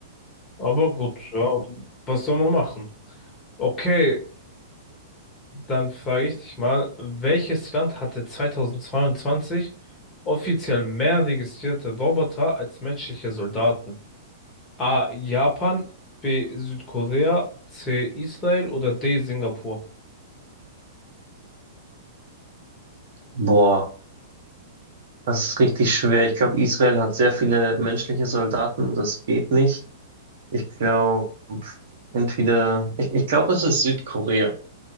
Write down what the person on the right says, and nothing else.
Boah, das ist richtig schwer. Ich glaube, Israel hat sehr viele menschliche Soldaten. Das geht nicht. Ich glaube, entweder, ich, ich glaube, es ist Südkorea.